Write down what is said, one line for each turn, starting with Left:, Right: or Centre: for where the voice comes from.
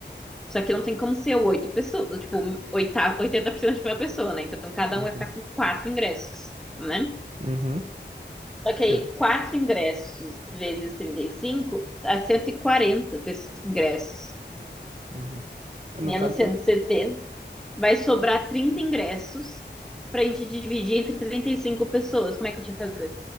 Centre: Só que não tem como ser oito pessoas, tipo, oitava, 80% de uma pessoa, né? Então cada
Right: Uhum.
Centre: um vai ficar com quatro ingressos, né?
Right: Uhum.
Centre: Só que aí
Right: Que-
Centre: quatro ingressos vezes 35 dá 140 pe- ingressos.
Right: Uhum. Ah, No
Centre: Menos
Right: caso,
Centre: cento e setenta Vai sobrar 30 ingressos pra gente dividir entre 35 pessoas. Como é que a gente vai fazer?